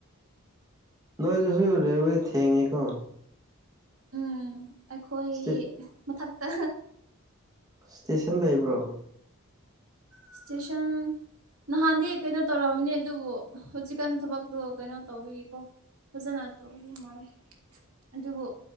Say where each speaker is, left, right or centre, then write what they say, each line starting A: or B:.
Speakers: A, on the right; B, on the right.
A: ꯅꯣꯏ ꯑꯗꯨꯁꯨ ꯔꯦꯜꯋꯦ ꯊꯦꯡꯉꯦ ꯀꯣ
B: ꯎꯝ ꯑꯩꯈꯣꯏ
A: ꯁ꯭ꯇꯦ
B: ꯃꯊꯛꯇ
A: ꯏꯁꯇꯦꯁꯟ ꯂꯩꯕ꯭ꯔꯣ
B: ꯏꯁꯇꯦꯁꯟ ꯅꯍꯥꯟꯗꯤ ꯀꯩꯅꯣ ꯇꯧꯔꯑꯝꯅꯦ ꯑꯗꯨꯕꯨ ꯍꯧꯖꯤꯛꯀꯥꯟ ꯊꯕꯛꯇꯣ ꯀꯩꯅꯣ ꯇꯧꯕꯤꯒꯀꯣ ꯐꯖꯅ ꯇꯧ ꯑꯗꯨꯝ ꯃꯥ ꯑꯗꯨꯕꯨ